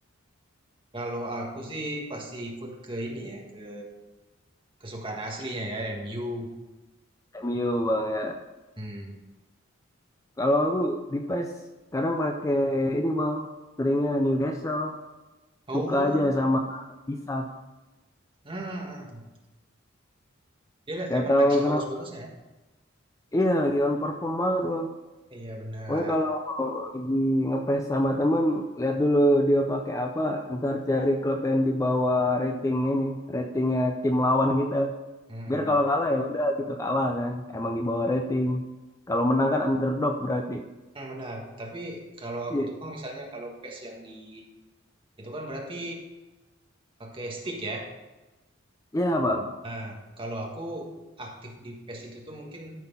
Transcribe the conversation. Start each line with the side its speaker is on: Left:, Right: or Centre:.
Right: Kalau aku sih pasti ikut ke ini ya, ke kesukaan aslinya ya, MU
Left: MU, Bang ya.
Right: Hmm.
Left: Kalau aku di PES kadang pakai ini, Bang. Seringnya Newcastle.
Right: Oh,
Left: Suka aja sama Isak.
Right: hmm. hmm, hmm. Dia
Left: Gak
Right: emang
Left: tahu
Right: lagi
Left: kenapa.
Right: bagus-bagusnya ya?
Left: Iya lagi on perform banget bang.
Right: Iya benar.
Left: Pokoknya kalau lagi ngepes sama temen, lihat dulu dia pakai apa, ntar cari klub yang di bawah rating ini, ratingnya tim lawan kita.
Right: Hmm.
Left: Biar kalau kalah ya udah gitu kalah kan, emang di bawah rating. Kalau menang kan underdog berarti.
Right: Hmm, Benar. Tapi kalau aku
Left: Iya.
Right: tuh kan misalnya kalau pace yang di itu kan berarti pakai stick ya.
Left: Iya bang.
Right: Nah, kalau aku aktif di PES itu tuh mungkin